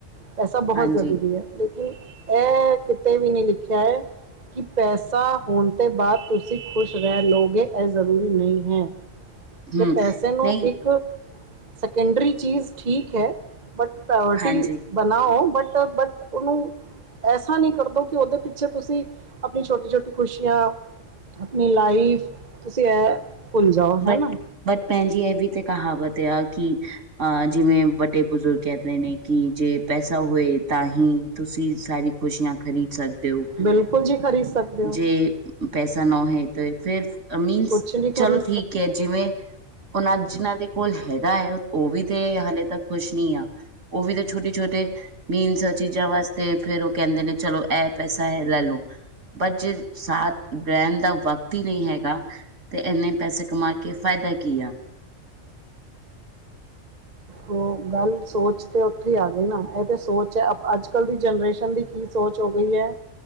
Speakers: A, on the right; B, on the right.
A: ਪੈਸਾ ਬਹੁਤ
B: ਹਾਂਜੀ-ਹਾਂਜੀ
A: ਜ਼ਰੂਰੀ ਹੈ। ਲੇਕਿਨ ਇਹ ਕਿਤੇ ਵੀ ਨਹੀਂ ਲਿਖਿਆ ਹੈ। ਕਿ ਪੈਸਾ ਸਾਹ ਹੋਣ ਤੋਂ ਬਾਅਦ ਤੁਸੀਂ ਖੁਸ਼ ਰਹਿ ਲਓਗੇ। ਇਹ ਜ਼ਰੂਰੀ ਨਹੀਂ ਹੈ। ਤੇ
B: ਹੂੰ
A: ਪੈਸੇ ਨੂੰ
B: ਨਹੀਂ
A: ਇੱਕ ਸੈਕੰਡਰੀ ਚੀਜ਼ ਠੀਕ ਹੈ। ਬਟ ਪਵਰਟੀ
B: ਹਾਂਜੀ
A: ਬਣਾਓ। ਬਟ, ਬਟ ਉਹਨੂੰ ਐਸਾ ਨਹੀਂ ਕਰਦੋ। ਕਿ ਉਹਦੇ ਪਿੱਛੇ ਤੁਸੀਂ ਆਪਣੀ ਛੋਟੀ ਛੋਟੀ ਖੁਸ਼ੀਆਂ। ਆਪਣੀ ਲਾਈਫ। ਤੁਸੀਂ ਇਹ ਭੁੱਲ ਜਾਓ
B: ਬਟ,
A: ਹੈ ਨਾ
B: ਬਟ ਭੈਣ ਜੀ ਇਹ ਵੀ ਤਾਂ ਕਹਾਵਤ ਆ ਕਿ। ਅ ਜਿਵੇਂ ਵੱਡੇ ਬਜ਼ੁਰਗ ਕਹਿੰਦੇ ਨੇ ਕਿ ਜੇ ਪੈਸਾ ਹੋਵੇ। ਤਾਂ ਹੀ ਤੁਸੀਂ ਸਾਰੀ? ਖੁਸ਼ੀਆਂ ਖਰੀਦ ਸਕਦੇ ਹੋ।
A: ਬਿਲਕੁਲ ਜੀ ਖਰੀਦ ਸਕ
B: ਜੇ ਪੈਸਾ ਨਾ ਹੋ। ਤੇ ਫਿਰ ਅਮੀੀਨਸ।
A: ਕੁਛ ਨੀ ਖਰੀ
B: ਠੀਕ ਹੈ। ਜਿਵੇਂ ਉਹਨਾਂ ਜਿਹਨਾਂ ਦੇ ਕੋਲ ਹੈਗਾ ਹੈ। ਉਹ ਵੀ ਤੇ ਹਾਲੇ ਤੱਕ ਖੁਸ਼ ਨਹੀਂਆ। ਉਹ ਵੀ ਤਾਂ ਛੋਟੇ, ਛੋਟੇ ਮੀਨਸ ਚੀਜ਼ਾਂ ਵਾਸਤੇ। ਫੇਰ ਉਹ ਕਹਿੰਦੇ ਨੇ ਚਲੋ ਇਹ ਪੈਸਾ ਹੈ ਲੈ ਲੋ। ਬਟ ਜੇ ਸਾਥ ਰਹਿਣ ਦਾ ਵਕਤ ਹੀ ਨਹੀਂ ਹੈਗਾ। ਤੇ ਇਹਨੇ ਪੈਸੇ ਕਮਾ ਕੇ ਫਾਇਦਾ ਕੀ ਆ।
A: ਉਹ ਗੱਲ ਸੋਚ ਤੇ ਉੱਥੇ ਆ ਗਈ ਨਾ। ਇਹ ਤੇ ਸੋਚ ਹੈ ਅੱਜ ਕੱਲ ਦੀ ਜਨਰੇਸ਼ਨ ਦੀ। ਕੀ ਸੋਚ ਹੋ ਗਈ ਹੈ।